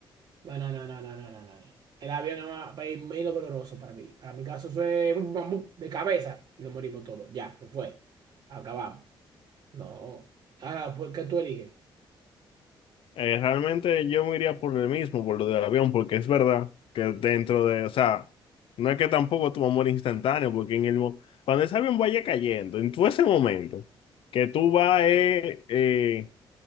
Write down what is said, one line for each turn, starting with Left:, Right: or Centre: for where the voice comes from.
Right: No, no, no, no, no, no, no, no. no. El avión no va va a ir menos doloroso para mí. Para mi caso fue bum, bum, bum, de cabeza. Nos morimos todos. Ya, se fue. Acabamos. No. Ahora, pues, ¿qué tú eliges?
Left: Eh, realmente yo me iría por el mismo, por lo del avión, porque es verdad que dentro de, o sea, no es que tampoco tu amor instantáneo, porque en el, mo- cuando ese avión vaya cayendo, en todo ese momento, que tú vas, eh, eh,